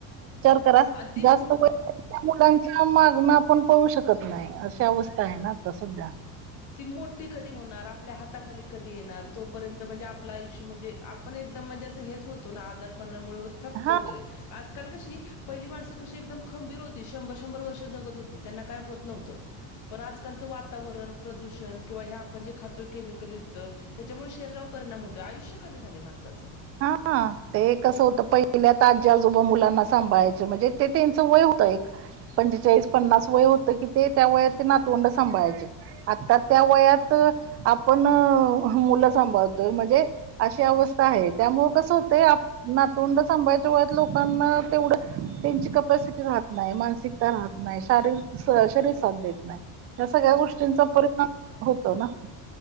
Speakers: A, on the right; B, on the left.
A: करा
B: आणि ती
A: जास्त वय <inaudible> त्या मुलांच्या मागण आपण पळू शकत नाही अशी अवस्थाय ना आता सध्या.
B: ती मोठी कधी होणार. आपल्या हाताखाली कधी येणार. तोपर्यंत म्हणजे आपल आयुष्य म्हणजे. आपण एकदम म्हणजे अस हेच होतो ना. आजार पणामुळे वगैरे थकतो
A: हा
B: वगैरे. आजकाल कशी, पहिली माणस कशी एकदम खंबीर होती. शंभर शंभर वर्ष जगत होती. त्यांना काय होत नव्हत. पण आजकालच वातावरण, प्रदूषण. किंवा हे आपण जे खातो केमिकल युक्त. त्याच्यामुळे शरीरावर परिणाम होतोय. आयुष्य कमी झालय माणसाच.
A: हां आ. ते कसं होतं. पहिल्यात आज्या आजोबा मुलांना सांभाळायचे. म्हणजे ते त्यांचं वय होतं एक. पंचेचाळीस पन्नास वय होतं की, ते त्या वयात ते नातवंड सांभाळायचे. आता त्या वयात आपण मुलं सांभाळतोय. म्हणजे अशी अवस्था हाये. त्यामुळे कसं होतंय. नातवंड सांभयच्या वयात लोकांना. तेवढं त्यांची कपसिटी राहत नाही. मानस सीकता राहत नाही. शारीरिक शरीर साथ देत नाही. या सगळ्या गोष्टींचा परिणाम होतो ना.